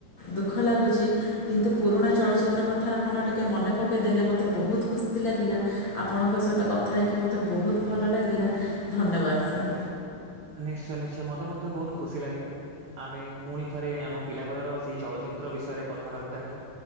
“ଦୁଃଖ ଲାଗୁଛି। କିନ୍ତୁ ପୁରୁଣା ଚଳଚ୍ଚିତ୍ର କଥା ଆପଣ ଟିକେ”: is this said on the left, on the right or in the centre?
Left